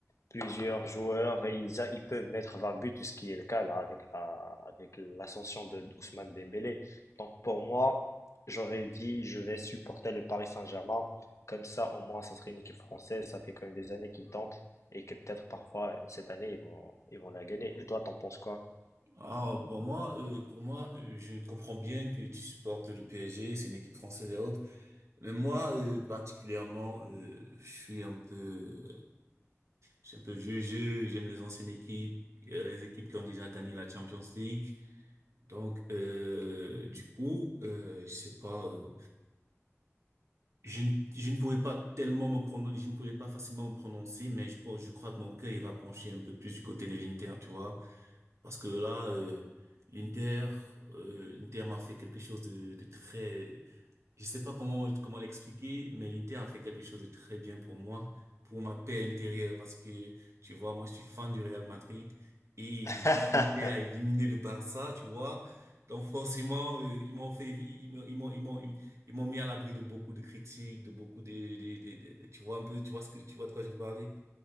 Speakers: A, on the left; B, on the right.
A: plusieurs joueurs et ils, a- ils peuvent mettre 20 buts, ce qui est le cas là avec la- avec l'ascension de Ousmane Dembélé. Donc pour moi, j'aurais dit, je vais supporter le Paris Saint-Germain. Comme ça, au moins, ça serait une équipe française. Ça fait quand même des années qu'ils tentent et que peut-être parfois cette année ils vont, ils vont la gagner. Et toi, t'en penses quoi?
B: Ah bon moi euh, pour moi euh, je comprends bien que tu supportes le PSG, c'est une équipe française et autres. Mais moi euh, particulièrement euh, je suis un peu je suis un peu vieux jeu, j'aime les anciennes équipes, euh, les équipes qui ont déjà gagné la Champions League. Donc euh, du coup euh, je sais pas euh, Je, ne- je ne pouvais pas tellement me prononcer, je ne pouvais pas facilement me prononcer, mais je, pense- je crois que mon cœur, il va pencher un peu plus du côté de l'Inter, tu vois. Parce que là, euh, l'Inter, euh, l'Inter m'a fait quelque chose de, de très, je sais pas comment comment l'expliquer, mais l'Inter a fait quelque chose de très bien pour moi, pour ma paix intérieure, parce que tu vois, moi je suis fan du Real Madrid et
A: <laughs>
B: vu que l'Inter a éliminé le Barça, tu vois, donc forcément euh, ils m'ont fait, ils m'ont ils m'ont ils m'ont ils m'ont mis à l'abri de beaucoup de critiques, de beaucoup de, de, de- de- de- tu vois un peu, tu vois ce que tu vois de quoi je veux parler,